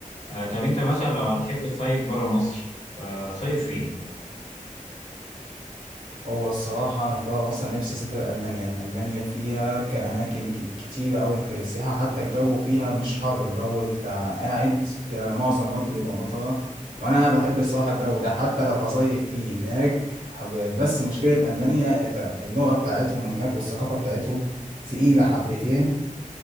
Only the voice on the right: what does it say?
هو الصراحة أنا في مرة أصلا نفسي أسافر ألمانيا، ألمانيا فيها كأماكن ج- كتيرة أوي كللسياحة حتى الجو فيها مش حر الجو أنت قاعد ك- معظم الوقت بيبقى مطرة وأنا بحب الصراحة الجو ده حتى لو هصيف فيه هناك حب- بس مشكلة ألمانيا ك- اللغة بتاعتهم هناك والثقافة بتاعتهم تقيلة حبتين